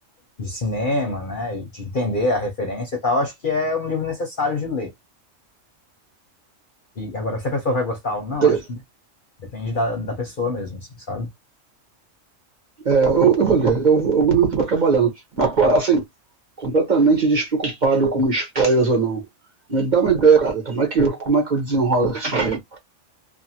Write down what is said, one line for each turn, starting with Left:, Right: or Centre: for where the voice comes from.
Left: de cinema, né, e de entender a referência e tal, acho que é um livro necessário de ler. E agora, se a pessoa vai gostar ou não,
Right: Entendi.
Left: acho que depende da, da pessoa mesmo, assim, sabe?
Right: É, eu, eu vou ler, eu, eu muito vou acabar lendo. Mas, pô, assim, completamente despreocupado com spoilers ou não. Me dá uma ideia, cara, como é que, como é que eu desenrolo isso aí?